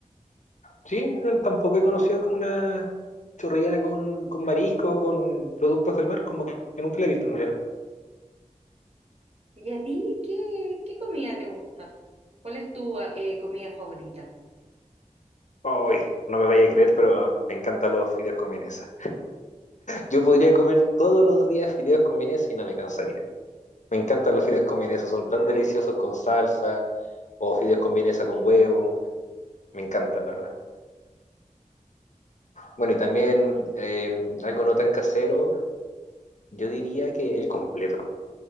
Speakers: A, on the left; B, on the right.
A: Sí, no, tampoco he conocido como una chorrillana con, con marisco, con productos del mar, como que nunca la he visto en realidad.
B: ¿Y a ti qué, qué comida te gusta? ¿Cuál es tu eh, comida favorita?
A: Uy, no me vaya a creer, pero me encantan los fideos con vienesa. Yo podría comer todos los días fideos con vienesa y no me cansaría. Me encantan los fideos con vienesa, son tan deliciosos con salsa o fideos con vienesa con huevo. Me encanta, la verdad. Bueno, y también eh, algo no tan casero, yo diría que el completo.